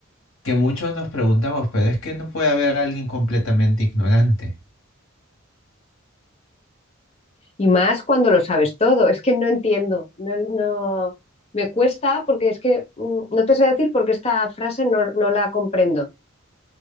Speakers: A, on the left (about 75°); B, on the left (about 30°).
A: que muchos nos preguntamos, pero es que no puede haber alguien completamente ignorante.
B: Y más cuando lo sabes todo. Es que no entiendo. No, no, me cuesta porque es que mm, no te sé decir porque esta frase no, no la comprendo.